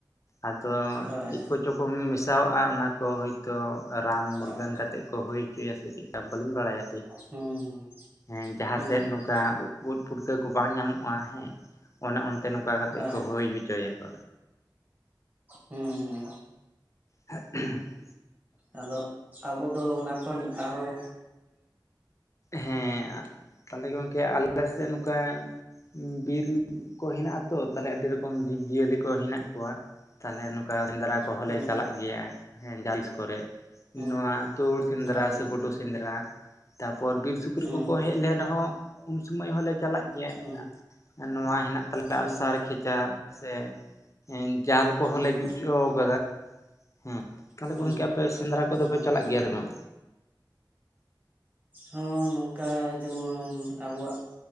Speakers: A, on the left; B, on the right.
A: ᱟᱫᱚ
B: ᱦᱳᱭ
A: ᱪᱮᱫ ᱠᱚᱪᱚ ᱠᱚ ᱢᱮᱥᱟᱣᱟᱜᱼᱟ ᱚᱱᱟ ᱠᱚ ᱦᱳᱭᱛᱚ ᱨᱟᱱ ᱢᱩᱨᱜᱟᱹᱱ
B: ᱦᱳᱭ
A: ᱠᱟᱛᱮ ᱠᱚ ᱦᱩᱭ ᱦᱚᱪᱚᱭᱟ ᱥᱮ ᱪᱮᱫᱠᱟ ᱵᱟᱹᱞᱤᱧ ᱵᱟᱲᱟᱭᱟ ᱴᱷᱤᱠ
B: ᱦᱩᱸ
A: ᱦᱮᱸ ᱡᱟᱦᱟᱸ
B: ᱦᱩᱸ
A: ᱥᱮᱫ ᱱᱚᱝᱠᱟ
B: ᱦᱩᱸ
A: ᱩᱫ ᱯᱩᱴᱠᱟᱹ ᱠᱚ ᱵᱟᱝ ᱧᱟᱢᱚᱜᱼᱟ ᱦᱮᱸ ᱚᱱᱮ ᱚᱱᱛᱮ ᱱᱚᱝᱠᱟ ᱠᱟᱛᱮᱫ
B: ᱦᱮᱸ
A: ᱠᱚ ᱦᱩᱭ ᱦᱚᱪᱚᱭᱟᱠᱚ
B: ᱦᱩᱸ
A: ᱦᱮᱸ <unintelligible>
B: ᱟᱫᱚ ᱟᱵᱚ ᱫᱚ ᱚᱱᱟ ᱠᱷᱚᱱ ᱟᱨᱚ
A: ᱦᱮᱸ ᱛᱟᱦᱚᱞᱮ ᱜᱚᱢᱠᱮ ᱟᱞᱮ ᱥᱮᱫ ᱱᱚᱝᱠᱟ ᱵᱤᱨ ᱠᱚ ᱦᱮᱱᱟᱜ ᱟᱛᱚ ᱛᱟᱞᱦᱮ ᱟᱹᱰᱤ ᱨᱚᱠᱚᱢ ᱡᱤᱵᱽ ᱡᱤᱭᱟᱹᱞᱤ ᱠᱚ ᱦᱮᱱᱟᱜ ᱠᱚᱣᱟ ᱛᱟᱞᱦᱮ ᱚᱱᱠᱟ ᱥᱮᱸᱫᱽᱨᱟ ᱠᱚᱦᱚᱸᱞᱮ
B: ᱦᱩᱸ
A: ᱪᱟᱞᱟᱜ ᱜᱮᱭᱟ ᱦᱮᱸ ᱡᱟᱦᱟᱛᱤᱥ ᱠᱚᱨᱮ
B: ᱦᱩᱸ
A: ᱱᱚᱣᱟ ᱛᱩᱲ ᱥᱮᱸᱫᱽᱨᱟ
B: ᱦᱳᱭ
A: ᱥᱮ ᱜᱩᱰᱩ ᱥᱮᱸᱫᱽᱨᱟ ᱯᱚᱨ ᱵᱤᱨ ᱥᱩᱠᱨᱤ
B: ᱦᱩᱸ
A: ᱠᱚᱠᱚ ᱦᱮᱡ ᱞᱮᱱ ᱨᱮᱦᱚᱸ ᱩᱱ ᱥᱚᱢᱚᱭ ᱦᱚᱸᱞᱮ ᱪᱟᱞᱟᱜ ᱜᱮᱭᱟ
B: ᱦᱩᱸ
A: ᱱᱚᱣᱟ ᱦᱮᱱᱟᱜ <inaudible> ᱛᱟᱞᱮᱭᱟ
B: ᱦᱩᱸ
A: ᱥᱟᱨ ᱠᱷᱮᱪᱟ ᱥᱮ ᱮ ᱡᱟᱞ ᱠᱚᱦᱚᱸᱞᱮ
B: ᱦᱩᱸ
A: ᱡᱩᱛ ᱚᱪᱚ ᱠᱟᱫᱟ ᱦᱮᱸ ᱛᱟᱦᱞᱮ
B: ᱦᱩᱸ
A: ᱜᱚᱝᱠᱮ ᱟᱯᱮ ᱥᱮᱸᱫᱽᱨᱟ ᱠᱚᱫᱚᱯᱮ
B: ᱦᱩᱸ
A: ᱪᱟᱞᱟᱜ ᱜᱮᱭᱟ ᱥᱮ ᱵᱟᱝ
B: ᱦᱚᱸ ᱱᱚᱝᱠᱟ ᱡᱮᱢᱚᱱ ᱟᱵᱚᱣᱟᱜ